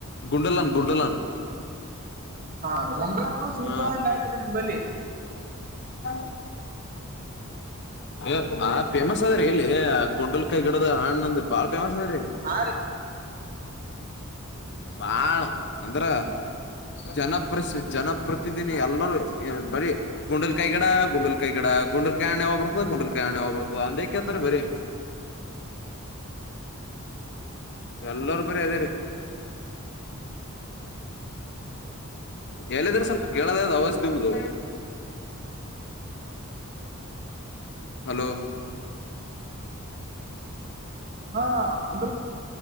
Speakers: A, on the left; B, on the right.
A: ಗುಂಡಲನ್ ಗುಂಡಲನ್.
B: ಹಾ ಗುಂಡ್ರನ್ನ ಸೀತವನಂಗಾಯ್ತ್ರಿರಿ
A: ಹ
B: ನಿಂಬಲ್ಲಿ.
A: ಹಾ. ಹ ಆ್ ಫೇಮಸ್ ಅದ್ರೀ ಇಲ್ಲಿ ಗುಂಡಲ್ಕಾಯಿ ಗಿಡದ ಹಣ್ಣಂದು ಬಾಳ ಫೇಮಸ್ ಅದ್ರೀ.
B: ಹಾ ರೀ
A: ಬಾಳ್ ಅಂದ್ರ. ಜನಪ್ರ ಜನಪ್ರತಿದಿನಿ ಎಲ್ಲರೂ ಬರೀ ಗುಂಡಲ್ ಕೈ ಗಿಡ ಗುಂಡಲ್ ಕೈ ಗಿಡ. ಕುಂಡಲ್ ಕಾಯಣ್ಣ ಓಬರ್ತದೆ ಕ ಕುಂಡಲ್ ಕಾಯ್ಣ ಓಬರ್ತದ ಅಂದ ಅತ್ರ ಬೇರೆ. ಎಲ್ಲಾರ ಬರಿ ಅದೇ ರಿ. ಎಲ್ಲಿದ್ರೆ ಸ್ವಲ್ಪ ಕೇಳದ ಅ ಅವಾಜ ನಿಮ್ದು. ಹಲೋ
B: ಹಾ ಗುಂಡ